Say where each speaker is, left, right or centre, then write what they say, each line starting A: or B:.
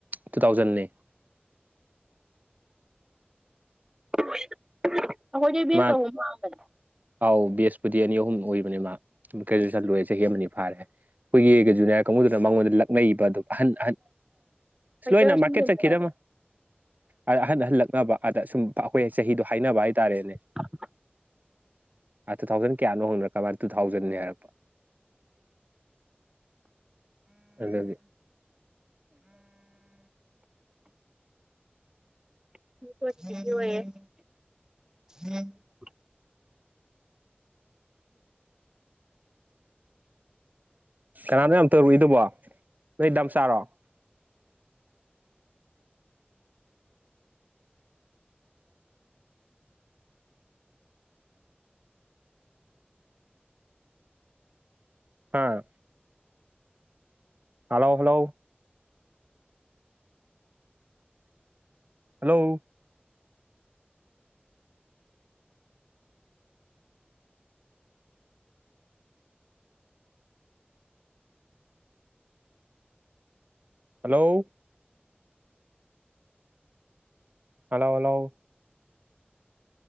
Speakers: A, on the right (about 45°); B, on the right (about 15°).
A: ꯇꯨ ꯊꯥꯎꯖꯟꯅꯦ
B: <unintelligible> ꯕꯦꯁ
A: ꯃꯥ
B: ꯑꯍꯨꯝ ꯍꯥꯟꯕꯅꯦ
A: ꯑꯥꯎ ꯕꯦꯁꯄꯨꯗꯤ ꯑꯅꯤ ꯑꯍꯨꯝ ꯑꯣꯏꯕ ꯃꯥ ꯒ꯭ꯔꯦꯖꯨꯋꯦꯁꯟ ꯂꯣꯏꯦ ꯆꯍꯤ ꯑꯃꯅꯤ ꯐꯥꯔꯦ ꯑꯩꯈꯣꯏꯒꯤ ꯖꯨꯅꯤꯌꯥꯔ ꯀꯥꯡꯕꯨꯗꯨꯅ ꯃꯉꯣꯟꯗ ꯂꯛꯅꯕ ꯑꯗꯨꯝ ꯑꯍꯟ ꯑꯍꯟ ꯑꯁ
B: ꯑꯩꯈꯣꯏꯗꯒ
A: ꯂꯣꯏꯅ
B: ꯁꯨꯝ
A: ꯃꯥꯀꯦ
B: ꯂꯦꯡꯅꯔꯦ
A: ꯆꯠꯈꯤꯗꯃ ꯑꯗ ꯑꯍꯟ ꯑꯍꯟ ꯂꯛꯅꯕ ꯑꯗ ꯁꯨꯝ ꯑꯩꯈꯣꯏ ꯆꯍꯤꯗꯣ ꯍꯥꯏꯅꯕ ꯇꯥꯔꯦꯅꯦ
B: <unintelligible>
A: ꯑ ꯇꯨ ꯊꯥꯎꯖꯟ ꯀꯌꯥꯅꯣ ꯍꯨꯔꯛꯀ ꯃꯥ ꯇꯨ ꯊꯥꯎꯖꯟꯅꯤ ꯍꯥꯏꯔꯛꯄ ꯑꯒ <unintelligible>
B: <unintelligible>
A: ꯀꯅꯥꯅꯣ ꯌꯥꯝ ꯇꯧꯔꯨꯏꯗꯨꯕꯣ ꯅꯣꯏꯗꯥꯝ ꯆꯥꯔꯣ ꯍꯥꯥ hello hello hello hello ꯍꯂꯥꯎ ꯍꯂꯥꯎ